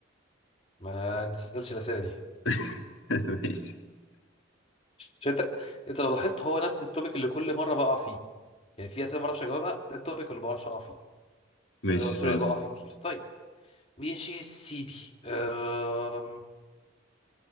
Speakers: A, on the left (about 35°); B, on the left (about 85°).
A: ما نسألش الأسئلة دي
B: <laughs> ماشي
A: عشان أنت أنت لو لاحظت هو نفس التوبيك اللي كل مرة بقع فيه يعني في أسئلة ما بعرفش أجاوبها ده التوبيك اللي ما بعرفش أقع فيه
B: ماشي
A: اللي هو سوري
B: خلاص
A: اللي بقع فيه كتير طيب ماشي يا سيدي أم...